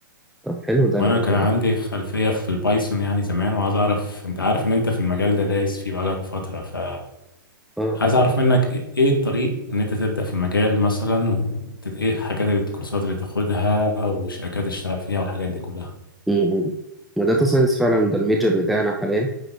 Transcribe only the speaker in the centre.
طب حلو ده
انا
انا
اه
م- م. داتا ساينس فعلا ده الميجر بتاعنا حاليا